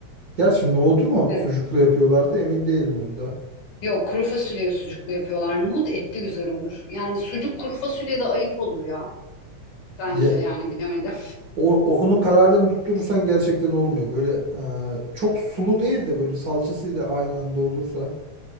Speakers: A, on the right; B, on the left.
A: Gerçi nohutu mu
B: Evet.
A: sucuklu yapıyorlardı emin değilim onda.
B: Yok kuru fasulyeyi sucuklu yapıyorlar. Nohut etli güzel olur. Yani sucuk kuru fasulyede ayıp olur ya. Bence
A: Ya,
B: yani bilemedim.
A: o, o- onun kararını tutturursan
B: <laughs>
A: gerçekten olmuyor. Böyle e, çok sulu değil de böyle salçasıyla aynı anda olursa